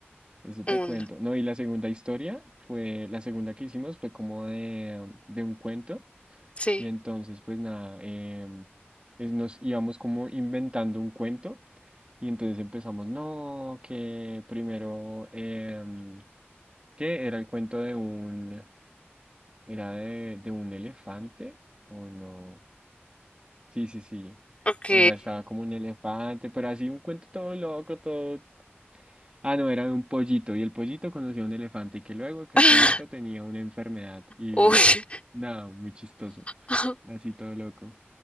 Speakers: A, on the right; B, on the left.
A: Eso te
B: un.
A: cuento. No, y la segunda historia fue, la segunda que hicimos fue como de, de un cuento.
B: Sí.
A: Y entonces, pues nada, em, es- nos íbamos como inventando un cuento. Y entonces empezamos, no, que primero, em, que era el cuento de un, era de, de un elefante, o no. Sí, sí, sí.
B: Ok.
A: O sea, estaba como un elefante, pero así un cuento todo loco, todo... Ah, no, era de un pollito y el pollito conoció a un elefante y que luego que
B: <laughs>
A: el pollito tenía una enfermedad y
B: Uy.
A: nada, muy chistoso,
B: <laughs>
A: así todo loco.